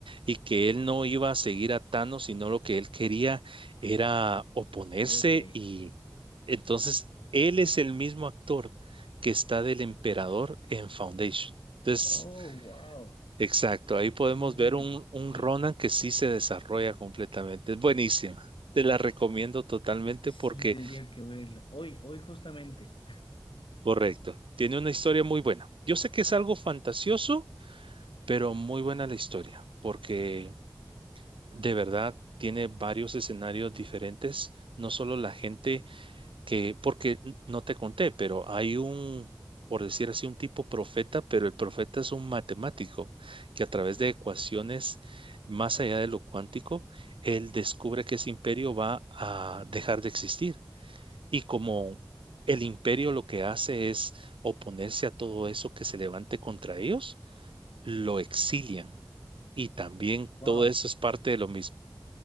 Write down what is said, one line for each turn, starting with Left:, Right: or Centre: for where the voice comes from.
Right: y que él no iba a seguir a Thanos, sino lo que él quería era oponerse
Left: Ok.
Right: y entonces él es el mismo actor que está del emperador en Foundation. Entonces,
Left: Oh, wow.
Right: exacto, ahí podemos
Left: Es el mismo
Right: ver
Left: ímpetu.
Right: un, un
Left: Ok.
Right: Ronan que sí se desarrolla completamente. Es buenísima. Te la recomiendo totalmente
Left: Sí,
Right: porque,
Left: tendría que verla. Hoy, hoy justamente.
Right: correcto, tiene una historia muy buena. Yo sé que es algo fantasioso Pero muy buena la historia, porque de verdad tiene varios escenarios diferentes, no solo la gente que, porque n- no te conté, pero hay un, por decir así, un tipo profeta, pero el profeta es un matemático que a través de ecuaciones más allá de lo cuántico, él descubre que ese imperio va a dejar de existir. Y como el imperio lo que hace es oponerse a todo eso que se levante contra ellos, lo exilian. Y también
Left: Wow.
Right: todo eso es parte de lo mismo.